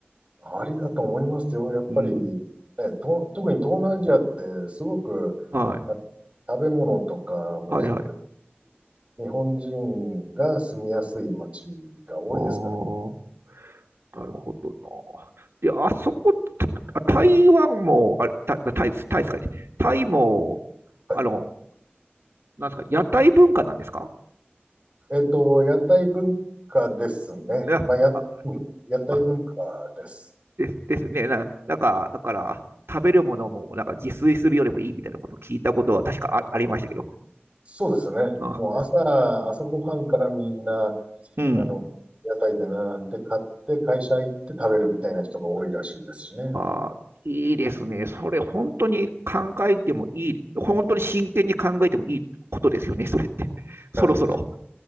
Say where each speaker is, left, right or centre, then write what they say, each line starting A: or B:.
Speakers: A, on the right (about 25°); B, on the right (about 75°).
A: ありだと思いますよ。やっぱり、
B: うん。
A: ね、と、特に東南アジアってすごくあ
B: はい。
A: 食べ物とかもそうです。
B: はいはい。
A: 日本人が住みやすい街が多いですから。
B: ああ。なるほどな。で、あそこ、た台湾も、あれ、タイ、タイですタイですかね。タイも、
A: はい。
B: あの、なんですか、屋台文化なんですか
A: えっと、屋台文化ですね。
B: いや、
A: まあ、や、
B: あ、
A: うん屋台文化です。
B: あ、です、ですね。な、なんか、だから、食べるものも、なんか自炊するよりもいいみたいなことを聞いたことは確かあ、ありましたけど。
A: そうですね。
B: あ、
A: もう朝、朝ごはんからみんな、
B: うん。
A: あの、屋台で並んで買って会社行って食べるみたいな人が多いらしいですしね。
B: あー、いいですね。それ、本当に考えてもいい、本当に真剣に考えてもいいことですよね、それって。そろそろ。
A: うん。